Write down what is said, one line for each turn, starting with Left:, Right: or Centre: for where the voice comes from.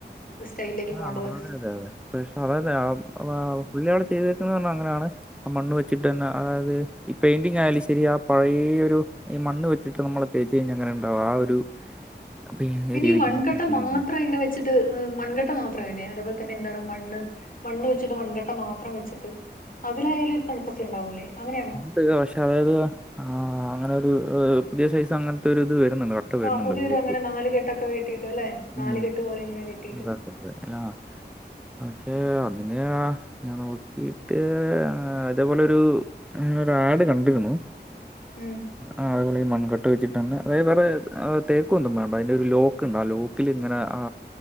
Left: സ്റ്റൈലിലേക്ക്
Centre: ആ
Left: പോകേണ്ടത്
Centre: അതെ അതെ അതെ പക്ഷെ അതതെ പുള്ളി അവിടെ ചെയ്തി പറഞ്ഞ അങ്ങനെയാണ് ആ മണ്ണ് വെച്ചിട്ട് തന്നെ അതായത് ഈ പെയിന്റിങ് ആയാലും ശെരി ആ പഴയ ഒരു മണ് വച്ചിട്ട് നമ്മള് തേച്ച് കഴിഞ്ഞ അങ്ങനെണ്ടും ആ ഒരു അപ്പൊ
Left: പിന്നെ
Centre: രീതിക്ക്
Left: ഈ മൺകട്ട
Centre: നമുക്ക് ഇതൊന്നുമില്ല.
Left: മാത്രം ഇങ്ങനെ വെച്ചി മൺകട്ട മാത്രമല്ലേ അതേപോലെ തന്നെ എന്താണ് മണ്ണ് മണ്ണ് വെച്ചിട്ട് മൺകട്ട മാത്രം വെച്ചിട്ട് അതിലായാലും ഒരു തണുപ്പക്ക് ഉണ്ടാവൂലേ അങ്ങനെയാണോ
Centre: ഉണ്ട് പക്ഷെ അതായത് ആ അങ്ങനെ ഒരു പുതിയ സൈസ് അങ്ങനത്തെ ഒരു ഇത് വരും കട്ട വരുന്നുണ്ടല്ലോ
Left: ആ പുതിയൊരു
Centre: ഓക്കേ
Left: അങ്ങനെ നാല് കെട്ടൊക്കെ കെട്ടിയിട്ട് അല്ലെ നാല്
Centre: ഉം
Left: കെട്ട് പോലെ ഇങ്ങനെ കെട്ടിയിട്ട്
Centre: അതത അ പക്ഷെ പക്ഷേ അതിനെ ഞാൻ നോക്കിയിട്ട് അതെ പോലൊരു ഞാനൊരു ആഡ് കണ്ടിരുന്നു
Left: ഉം
Centre: ആഹ് അപോല മൺക ഒട്ട വെച്ചിട്ടന്നെ അതായത് വേറെ തേക്കുംന്നും വേണ്ട അതിന്റെ ഒരു ലോക്കുണ്ട് ആ ലോക്ക് ലോക്കിലിങ്ങനെ ആ